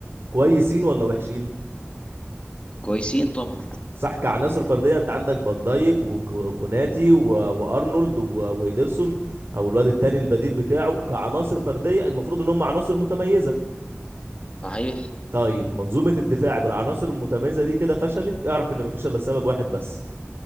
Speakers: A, on the right; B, on the left.
A: كويسين ولا وحشين
B: كويسين طبعا
A: صح كعناصر فرديه انت عندك فان دايك وك- وكوناتي و- وارنولد و- وهيدرسون او الواد التاني البديل بتاعه كعناصر فرديه المفروض ان هم عناصر متميزه
B: صحيح
A: طيب منظومه الدفاع بالعناصر المتميزه دي كده فشلت اعرف ان مفيش الا سبب واحد بس